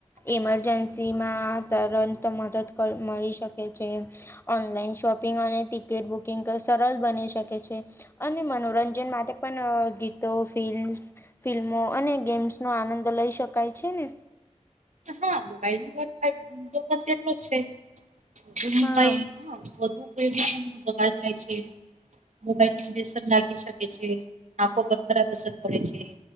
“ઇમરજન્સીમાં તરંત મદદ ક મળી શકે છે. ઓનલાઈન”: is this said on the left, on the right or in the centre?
Left